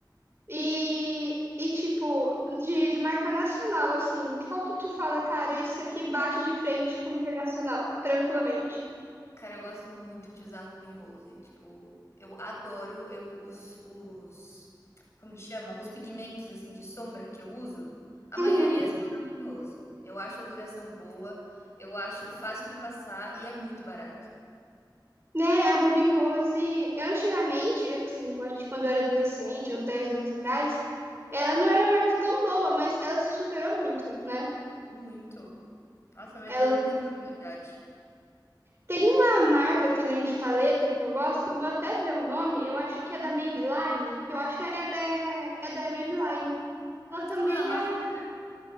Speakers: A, on the right; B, on the left.
A: E, e tipo, de, de marca nacional, assim, qual que tu fala, cara, isso aqui bate de frente com o internacional, tranquilamente.
B: Cara, eu gosto muito de usar Ruby Rose, tipo, eu adoro, eu os os como que chama? Os pigmentos, assim, de sombra que eu uso, a
A: Uhum.
B: maioria são da Ruby Rose. Eu acho a duração boa, eu acho fácil de passar e é muito barato,
A: Né, a Ruby Rose, antigamente, eu, assim, eu acho que quando eu era adolescente, uns 10 anos atrás, ela não era uma marca tão boa, mas ela se superou muito, né?
B: muito. Nossa, melhorou
A: Ela
B: muito a qualidade.
A: tem uma marca também de paleta que eu gosto, eu vou até ver o nome, eu acho que é da Maybelline, que eu acho que é, é, é da Maybelline. Ela também
B: Ah, a másca
A: é,